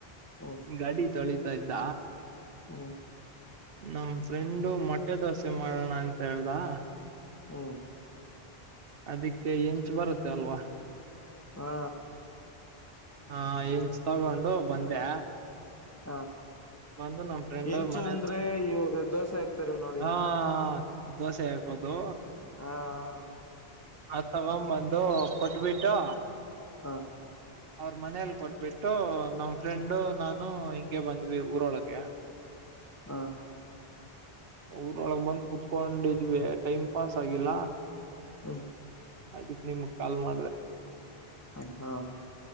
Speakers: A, on the left (about 20°); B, on the right (about 65°).
A: ಹ್ಮ.
B: ಗಾಡಿ ತೊಳೀತಾ ಇದ್ದ.
A: ಹ್ಮ.
B: ನಮ್ ಫ್ರೆಂಡು ಮೊಟ್ಟೆ ದೋಸೆ ಮಾಡೋಣ ಅಂತ ಹೇಳ್ದಾ.
A: ಹ್ಮ್.
B: ಅದಿಕ್ಕೆ ಹೆಂಚ್ ಬರುತ್ತೆ ಅಲ್ವಾ.
A: ಹಾ.
B: ಹಾ ಹೆಂಚ್ ತಗೊಂಡು ಬಂದೆ.
A: ಹಾ.
B: ಬಂದು ನಮ್ ಫ್ರೆಂಡ್
A: ಹೆಂಚು
B: ಅವ್ರ ಮನೆ
A: ಅಂದ್ರೆ ಇವಾಗ ದೋಸೆ ಹಾಕ್ತಾರ ನೋಡಿ.
B: ಹಾ ದೋಸೆ ಹಾಕೋದು.
A: ಹಾ ಹಾ.
B: ಅದ ತಗೊ ಬಂದು ಕೊಟ್ಬಿಟ್ಟು.
A: ಹಾ.
B: <inaudible> ಅವ್ರ ಮನೇಲಿ ಕೊಟ್ಬಿಟ್ಟು ನಮ್ಮ ಫ್ರೆಂಡು ನಾನು ಹಿಂಗೆ ಬಂದ್ವಿ ಊರೊಳಗೆ. <inaudible>
A: ಹಾ.
B: ಊರೊಳಗ್ ಬಂದ್ ಕುತ್ಕೊಂಡಿದ್ವಿ ಟೈಮ್ ಪಾಸ್ ಆಗಿಲ್ಲ.
A: ಹ್ಮ.
B: ಅದಕ್ಕ್ ನಿಮಗ ಕಾಲ್ ಮಾಡ್ದೆ.
A: ಹ್ಮ್ ಹಾ